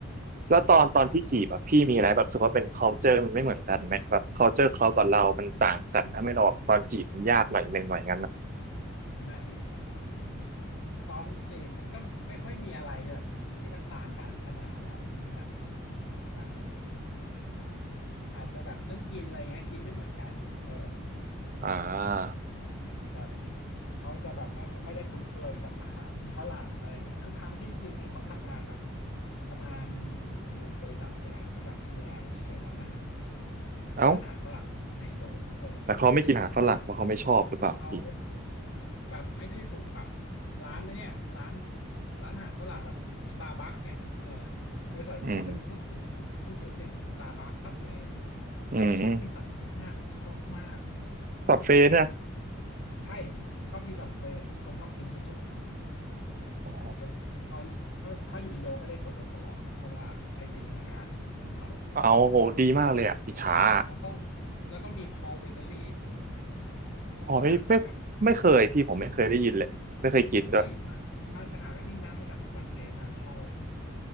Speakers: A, on the right; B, on the left.
A: แล้วตอนตอนพี่จีบอะพี่มีอะไรแบบรู้สึกว่าเป็น culture มันไม่เหมือนกันไหมแบบ culture เขากับเรามันต่างกันถ้าไม่เราแบบตอนจีบมันยากหน่อยหนึ่งหน่อยงั้นนะ
B: มันตอนจีบมันก็ไม่ค่อยมีอะไรแบบที่มันต่างกันขนาดนั้นแบบมันอาจจะแบบเรื่องกินอะไรเงี้ยกินไม่เหมือนกันเออ
A: อ่า
B: แบบเขาจะแบบไม่ไม่ได้คุ้นเคยกับอาหารฝรั่งอะไรเงี้ยทั้งทั้งที่จริงๆเขาทำงานแบบทำงานอยู่บริษัทใหญ่ที่แบบดูแลเชนร้านอาหาร
A: เอ้า
B: ร้านอาหารฝรั่งในอินโดเออ
A: แต่เขาไม่กินอาหารฝรั่งเพราะเขาไม่ชอบหรือเปล่าพี่
B: เขาแบบไม่ได้ถูกปรับร้านนะเนี่ยร้านร้านอาหารฝรั่งแบบสตาร์บัคเนี่ยเออบริษัทเขาเป็นผู้ถือ
A: อืม
B: ผู้ถือสิทธิ์สตาร์บัคสับเวย์แต่พี่ชอบกินสับมากชอบมาก
A: อืมสับเฟสนะ
B: เออใช่ชอบกินสับเวย์เป็นคนชอบกินสุด
A: อ๋อ
B: ๆแล้วตอนแล้วถ้าอยู่อินโดก็ได้ส่วนลดตลอดเพราะว่าใช้สิทธิ์พนักงานของเขา
A: เอาโหดีมากเลยอะอิจฉาอะ
B: แล้วก็แล้วก็มีพอลเบเกอรี่
A: พอไม่ไม่ไม่เคยพี่ผมไม่เคยได้ยินเลยไม่เคยกินด้วย
B: รู้จักใช่ไหมเฮ้ยมามาจากอันนี้นะมาจากฝรั่งเศสนะพอ